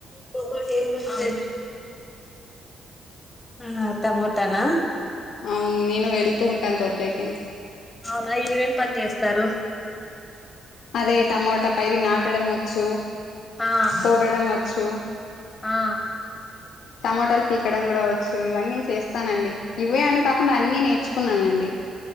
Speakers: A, on the left; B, on the left.
A: బాబా ఏం పెట్టారు ఆ అత్తమ్ముంటానా
B: అవును నేను వెళ్తూ ఉంటాను తోటల్కి
A: అవునా ఏమేం పని చేస్తారు
B: అదే టమోటా పైరు నాటడం వచ్చు
A: ఆ
B: తోగడం వచ్చు
A: ఆ
B: టమటాలు పీకడం కూడా వచ్చు సో ఇవన్నీ చేస్తానండి ఇవే అని కాకుండా అన్నీ నేర్చుకున్నానండి